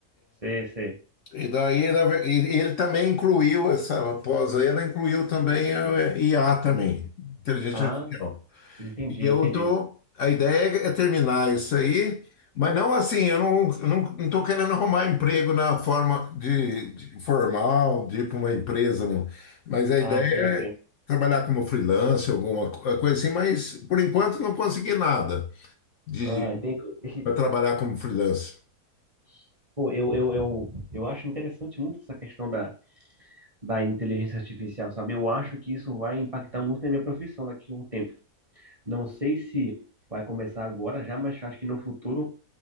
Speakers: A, on the right (about 30°); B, on the left (about 65°).
A: sei, sei.
B: E daí na ver- e e ele também incluiu essa pós-lenda, incluiu também a IA também, inteligência
A: Ah,
B: artificial.
A: Entendi,
B: E eu
A: entendi.
B: tô, a ideia é terminar isso aí, mas não assim, eu não não estou querendo arrumar emprego na forma de, de formal, de ir para uma empresa, não. Mas a ideia
A: Ah, sim,
B: é
A: sim.
B: trabalhar como freelancer, alguma co- coisa assim, mas por enquanto não consegui nada de
A: Ah, entendi.
B: para trabalhar como freelancer.
A: <laughs> Pô, eu, eu, eu, eu acho interessante muito essa questão da, da inteligência artificial, sabe? Eu acho que isso vai impactar muito na minha profissão daqui a um tempo. Não sei se vai começar agora já, mas acho que no futuro